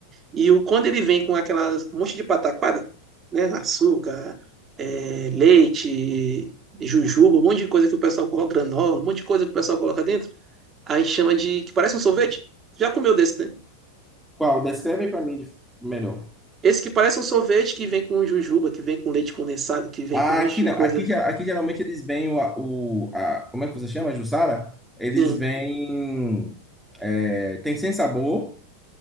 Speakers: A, on the right; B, in the centre.
A: E o, quando ele vem com aquela um monte de pataquada, né? Açúcar, é, leite, jujuba, um monte de coisa que o pessoal coloca, granola, um monte de coisa que o pessoal coloca dentro. Aí chama de. que parece um sorvete. Já comeu desse, né?
B: Qual? Descreve aí pra mim de- melhor.
A: Esse que parece um sorvete que vem com jujuba, que vem com leite condensado, que vem
B: Ah,
A: com um monte
B: aqui
A: de
B: não.
A: coisa.
B: Aqui, ge- aqui geralmente eles vêm o, o- a- como é que você chama, Jussara? Eles
A: Sim,
B: vêm, é, tem sem sabor